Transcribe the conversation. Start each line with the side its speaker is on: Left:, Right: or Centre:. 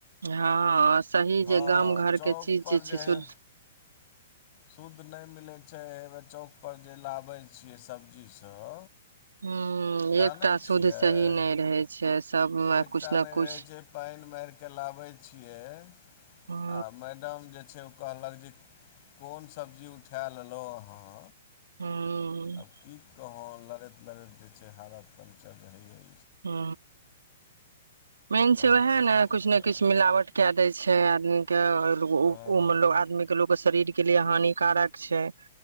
Right: हँ सही
Left: हँ
Right: जे गाम घरके
Left: चौकपर
Right: चीज जे छै
Left: हइ
Right: शुद्ध
Left: शुद्ध नहि मिलै छै हउ चौकपर जे लाबै छियै सब्जीसभ
Right: ह
Left: जानै
Right: एकटा शुध
Left: छियै
Right: सही नहि रहै छै सबमे
Left: एकटा
Right: कुछ ने
Left: नहि रहैत
Right: कुछ
Left: छै पानि मारि कऽ लाबैत छियै आ
Right: हूं
Left: मैडम जे छै ओ कहलक जे को कोन सब्जी उठा लेलहुँ अहाँ
Right: हूं
Left: आब की कहुं लड़ैत लड़ैत जे छै हालत पंचर रहै य
Right: ह मेन
Left: बहुत
Right: छै उएह
Left: स्थिति
Right: ने किछु
Left: खराब
Right: ने किछु मिलावट कए दै छै आदमी के
Left: हँ
Right: मतल आदमी के लोग शरीर के लिए हानिकारक छै